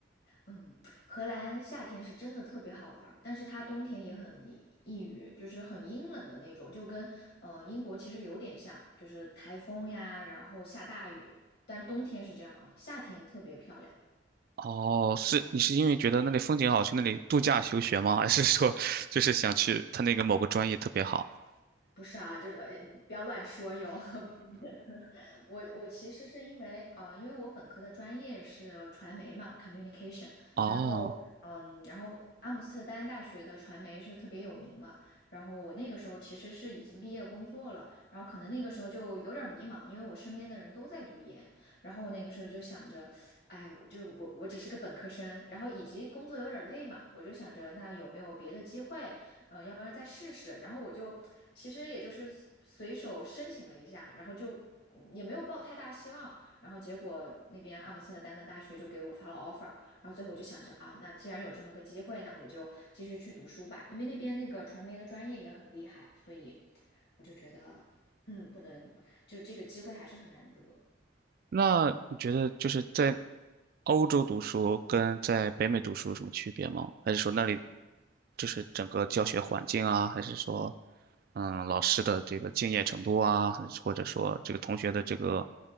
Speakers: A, on the left; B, on the right.
A: 嗯，荷兰夏天是真的特别好玩儿，但是它冬天也很抑郁，就是很阴冷的那种，就跟呃英国其实有点像，就是台风呀，然后下大雨，但冬天是这样啊，夏天特别漂亮。
B: 哦，是你是因为觉得那里风景好，去那里度假休学吗？还是说 <laughs> 就是想去他那个某个专业特别好？
A: 不是啊，就是呃不要乱说哟，<laughs> <laughs> 我我其实是因为啊，因为我本科的专业是呃传媒嘛，communication，
B: 哦，
A: 然后嗯，然后阿姆斯特丹大学的传媒是特别有名嘛，然后我那个时候其实是已经毕业工作了，然后可能那个时候就有点迷茫，因为我身边的人都在读研，然后我那个时候就想着，哎，我就我我只是个本科生，然后以及工作有点累嘛，我就想着那有没有别的机会，呃，要不然再试试，然后我就其实也就是随手申请了一下，然后就。也没有抱太大希望，然后结果那边阿姆斯特丹的大学就给我发了 offer，然后最后我就想着啊，那既然有这么个机会，那我就继续去读书吧，因为那边那个传媒的专业也很厉害，所以我就觉得，嗯，不能，就这个机会还是很难得。
B: 那你觉得就是在欧洲读书跟在北美读书有什么区别吗？还是说那里就是整个教学环境啊，还是说嗯老师的这个敬业程度啊，还是或者说这个同学的这个